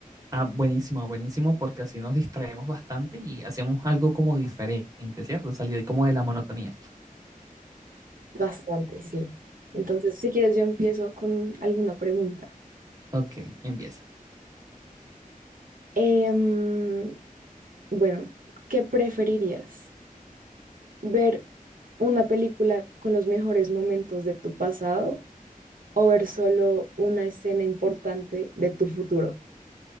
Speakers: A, on the right (about 25°); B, on the right (about 70°).
A: Ah, buenísimo, buenísimo, porque así nos distraemos bastante y hacemos algo como diferente, ¿cierto? Salir como de la monotonía.
B: Bastante, sí. Entonces, si quieres, yo empiezo con alguna pregunta.
A: Ok, empieza.
B: Em, bueno, ¿qué preferirías? ver una película con los mejores momentos de tu pasado o ver solo una escena importante de tu futuro.